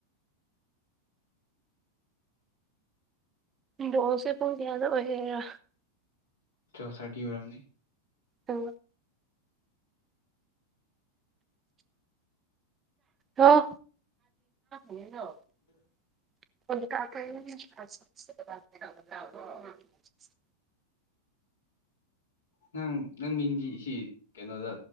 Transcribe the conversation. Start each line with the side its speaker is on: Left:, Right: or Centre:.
Right: ꯕꯣꯜꯁꯦ ꯄꯨꯡ ꯀꯌꯥꯗ ꯑꯣꯏꯒꯦꯔꯥ
Left: ꯇꯨꯌꯦꯞ ꯊꯥꯔꯇꯤ ꯑꯣꯏꯔꯝꯅꯤ
Right: ꯑꯪ ꯍꯥꯎ <inaudible>
Left: ꯎꯝ <inaudible>
Right: <unintelligible>
Left: ꯅꯪ ꯅꯪ ꯃꯤꯡꯗꯤ ꯁꯤ ꯀꯩꯅꯣꯗ